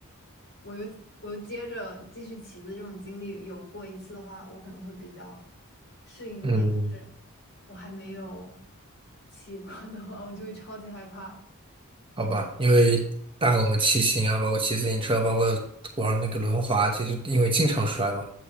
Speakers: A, on the left; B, on the right.
A: 我又我又接着继续骑的这种经历有过一次的话，我可能会比较适应一点。
B: 嗯。
A: 但是。我还没有骑过的话，我就会超级害怕。嗯
B: 好吧，因为当然我们骑行啊，包括骑自行车，包括玩那个轮滑，其实因为经常摔嘛，